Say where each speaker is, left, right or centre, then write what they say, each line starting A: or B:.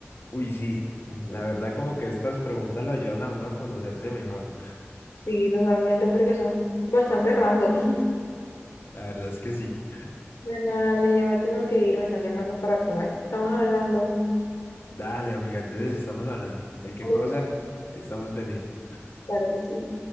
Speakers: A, on the left; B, on the left.
A: Uy, sí, la verdad como que estas preguntas lo ayudan a uno a conocerse mejor,
B: Sí, totalmente, porque son bastante random. <laughs>
A: la verdad es que sí.
B: Bueno, le ya me tengo que ir, me están llamando para comer. Estamos hablando.
A: Dale, amiga, entonces estamos hablando, cualquier
B: Como
A: cosa,
B: tú.
A: ahí estamos pendientes.
B: Claro que sí.